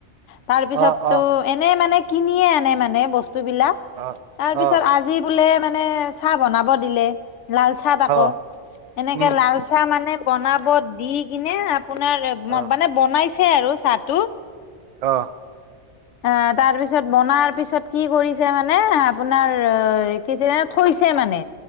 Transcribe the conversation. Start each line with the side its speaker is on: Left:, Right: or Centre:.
Left: তাৰপিছতটো
Right: অ অ
Left: এনে মানে কিনিয়ে আনে মানে বস্তু বস্তুবিলাক
Right: অ
Left: তাৰপিছত
Right: অ
Left: আজি বোলে মানে চাহ বনাব দিলে। লাল চাহ আকৌ,
Right: অ
Left: এনেকে
Right: উম
Left: লাল চাহ মানে বনাব দি কিনে আপোনাৰ মানে,
Right: অ
Left: বনাইছে আৰু চাহটো।
Right: অহ।
Left: অ, তাৰপিছত বনাৰ পিছত কি কৰিছে মানে, আপোনাৰ অহ কি আছিলে কৈছে মানে,